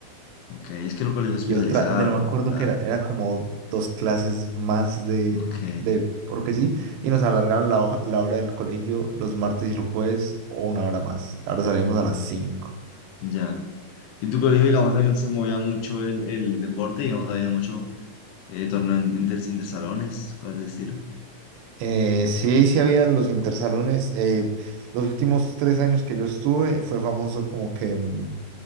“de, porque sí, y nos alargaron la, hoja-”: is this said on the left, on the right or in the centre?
Right